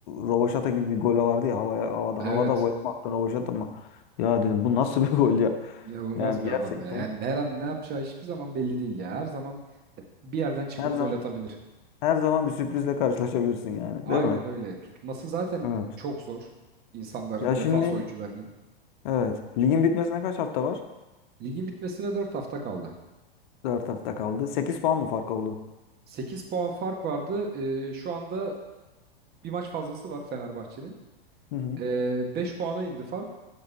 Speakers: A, on the left; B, on the right.
A: rövaşata gibi bir gol vardı ya havaya havada
B: Evet.
A: havada gol mü attı rövaşata mı? Ya dedim bu nasıl bir gol ya?
B: inanılmaz
A: Yani
B: bir
A: gerçekten
B: adam ya. Yani her an ne yapacağı hiçbir zaman belli değil ya. Her zaman bir yerden çıkıp
A: her zaman
B: gol atabilir.
A: her zaman bir sürprizle karşılaşabilirsin yani,
B: Aynen
A: değil mi?
B: öyle. Tutması zaten
A: Evet.
B: çok zor. İnsanların,
A: Ya
B: defans
A: şimdi
B: oyuncularının.
A: evet. Ligin bitmesine kaç hafta var?
B: Ligin bitmesine 4 hafta kaldı.
A: Dört hafta kaldı. 8 puan mı fark oldu?
B: sekiz puan fark vardı. Ee, şu anda bir maç fazlası var Fenerbahçe'nin.
A: Hı hı.
B: Ee, beş 5 puana indi fark.